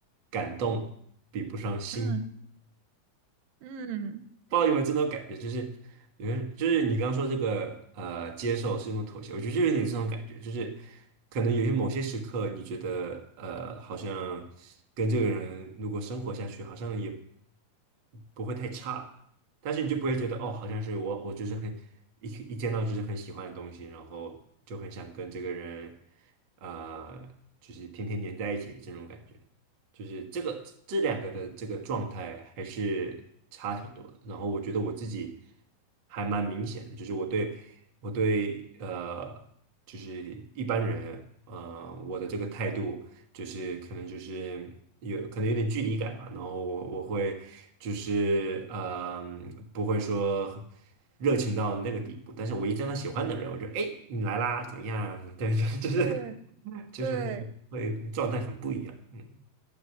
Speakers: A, on the right (about 60°); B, on the right (about 75°).
A: 感动比不上心。
B: 嗯嗯，
A: 不知道有没有这种感觉，就是有没有就是你刚刚说这个呃，接受是一种妥协，我觉得就有点这种感觉，就是可能有些某些时刻，你觉得呃，好像跟这个人如果生活下去，好像也不会太差，但是你就不会觉得哦，好像是我我就是很一一见到就是很喜欢的东西，然后就很想跟这个人呃，就是天天黏在一起这种感觉。就是这个这两个的这个状态还是差挺多的。然后我觉得我自己还蛮明显的，就是我对我对呃，就是一般人呃，我的这个态度就是可能就是有可能有点距离感吧。然后我我会就是嗯、不会说。热情到那个地步，但是我一见到喜欢的人，我就哎，诶你来啦，怎么样啊？对，<laughs> 就是
B: 对
A: 就是会会状态很不一样，
B: 对，
A: 嗯。